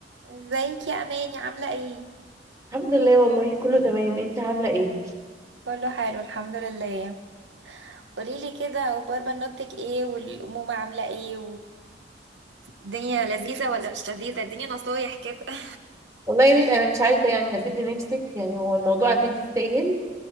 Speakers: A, on the right (about 85°); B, on the right (about 20°).
A: ازيك يا اماني عامله ايه
B: الحمد لله والله كله تمام انت عامله ايه
A: كله حلو الحمد لله قوليلي كده اخبار بنوتك ايه والامومه عامله ايه والدنيا لذيذه ولا مش لذيذه اديني نصايح كده <laughs>
B: والله يعني انا مش عايزه يعني اسد نفسك يعني هو الموضوع اكيد يستاهل